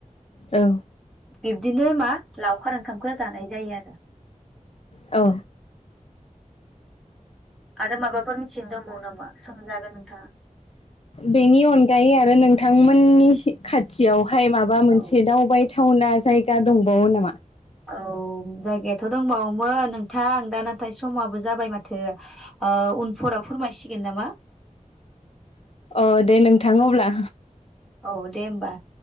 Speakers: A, on the left; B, in the centre.
A: औ
B: बिब्दिनो मा लावखार ओंखामखौ जानाय जायो आरो
A: औ
B: आरो माबाफोर मिथिनो दंबावो नामा? सोंजागोन नोंथाङा
A: बेनि अनगायै आरो नों थांमोननि खाथियाव फाय माबा मोनसे
B: औ
A: दावबाय टावउना जायगा दंबावो नामा
B: औ जायगायाथ' दंबावोमोन नोंथां आं दा नाथाय समाबो जाबाय माथो ओ उनफोराव फोरमायसिगोन नामा।
A: अ दे नोंथां अब्ला
B: औ दे होमबा